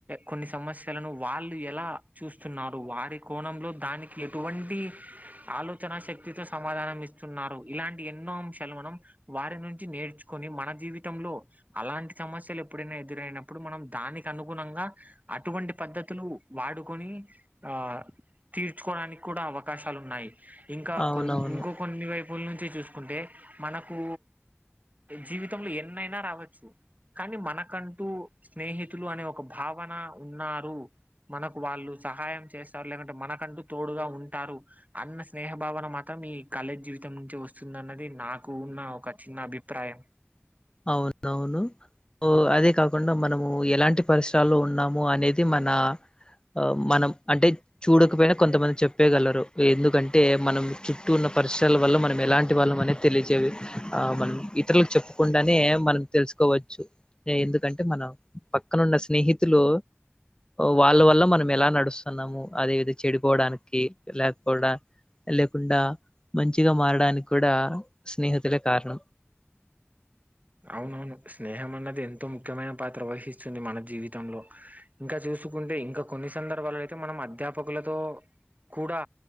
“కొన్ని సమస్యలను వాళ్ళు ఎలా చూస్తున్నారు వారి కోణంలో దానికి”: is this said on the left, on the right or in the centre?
Right